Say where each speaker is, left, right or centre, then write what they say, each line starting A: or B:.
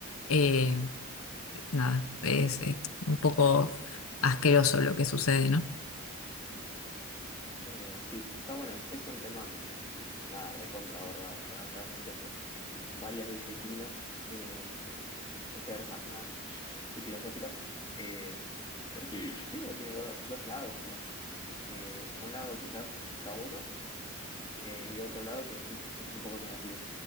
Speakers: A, on the left (about 80°); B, on the left (about 20°).
A: eh, nada, es es un poco asqueroso lo que sucede, ¿no?
B: Eh, sí, está bueno. Es un tema, mm, mm, nada, recontra abordado ra- realmente por varias disciplinas eh, sociales más que nada y filosóficas. Eh, pero sí, creo que tiene do- dos lados igual. Eh, un lado quizás que está bueno eh, y otro lado que sí, es un poco negativo.